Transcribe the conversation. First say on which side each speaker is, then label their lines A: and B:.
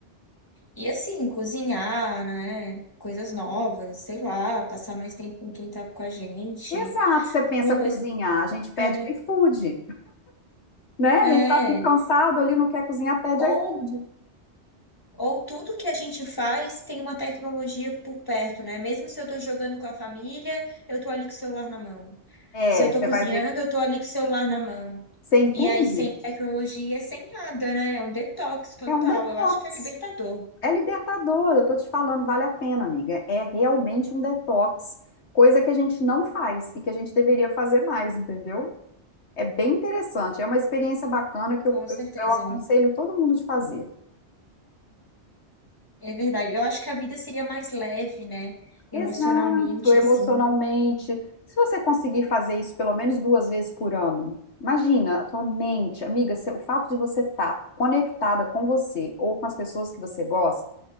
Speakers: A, on the left (about 20°); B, on the left (about 70°).
A: E assim, cozinhar, né? Coisas novas, sei lá, passar mais tempo com quem tá com a gente.
B: Exato, você pensa
A: Porque uma
B: cozinhar,
A: coisa.
B: a gente pede
A: É,
B: iFood, né?
A: é.
B: A gente tá cansado ali, não quer cozinhar, pede
A: Ou
B: iFood.
A: Ou tudo que a gente faz tem uma tecnologia por perto, né? Mesmo se eu tô jogando com a família, eu tô ali com o celular na mão.
B: É,
A: Se eu tô
B: você
A: cozinhando,
B: vai ver,
A: eu tô ali com o celular na mão.
B: você entende?
A: E aí, sem tecnologia, sem nada, né? É um detox total.
B: É um detox.
A: Eu acho que é libertador,
B: É libertador, eu tô te falando, vale a pena, amiga. É realmente um detox, coisa que a gente não faz e que a gente deveria fazer mais, entendeu? É bem interessante, é uma experiência bacana que
A: com
B: eu,
A: certeza,
B: eu aconselho
A: mim.
B: todo mundo de fazer.
A: É verdade. Eu acho que a vida seria mais leve, né? Emocionalmente,
B: Exato, emocionalmente.
A: assim,
B: Se você conseguir fazer isso pelo menos duas vezes por ano, imagina a tua mente, amiga, se- o fato de você estar conectada com você ou com as pessoas que você gosta